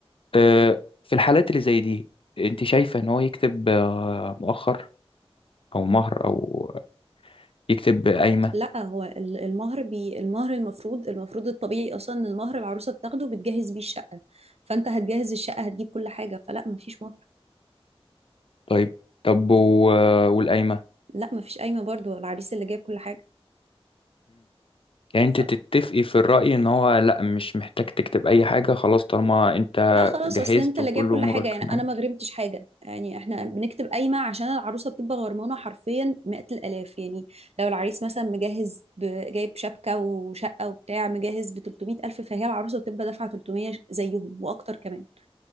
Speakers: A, on the left (about 60°); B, on the right (about 80°).
A: آه، في الحالات اللي زي دي انت شايفة ان هو يكتب آه، مؤخر او مهر او يكتب قايمة
B: لا هو ال- المهر بي المهر المفروض المفروض الطبيعي اصلا ان المهر العروسه بتاخده بتجهز بيه الشقه فانت هتجهز الشقه هتجيب كل حاجه فلا مفيش مهر
A: طيب طب و- والقايمة
B: لا مفيش قايمه برضو العريس اللي جايب كل حاجه
A: يعني انت
B: ف
A: تتفقي في الرأي ان هو لا مش محتاج تكتب اي حاجة خلاص طالما انت
B: لا خلاص
A: جهزت
B: اصل انت اللي
A: وكل
B: جايب كل
A: امورك
B: حاجه يعني
A: تمام
B: انا ما غرمتش حاجه يعني احنا بنكتب قايمه عشان العروسه بتبقى غرمانه حرفيا مئة الالاف يعني لو العريس مثلا مجهز ب... جايب شبكه وشقه وبتاع مجهز ب 300 الف فهي العروسه بتبقى دافعه 300 زيهم واكتر كمان